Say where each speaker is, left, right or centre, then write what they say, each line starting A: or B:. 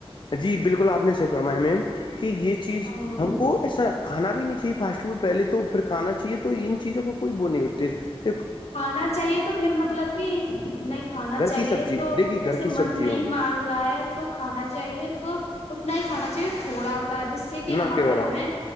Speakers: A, on the left; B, on the left.
A: جی بالکل آپ نے صحیح فمایا میم کہ یہ چیز
B: اور
A: ہم کو ایسا کھا نابھی نہیں چاہیے فاسٹ فوڈ پہلے تو پھر کھاناچاہہے تو ان چیزوں کا کوئی وہ نہیں ہوتے ادییہ
B: کھانا چاہیے تو پھر مطلب کہ نہیں کھانا
A: گھر
B: چاہیے
A: کی سبزی
B: تو
A: دیکھیے گھر
B: ایسے
A: کی سبزی
B: من نہیں
A: اونلی
B: مان رہا ہے تو کھانا چاہیے تو اتنا ہی کھانا چاہیے تھوڑا سا جس جیس سے کہ ہمارا
A: نہ کے برابر
B: ہمیں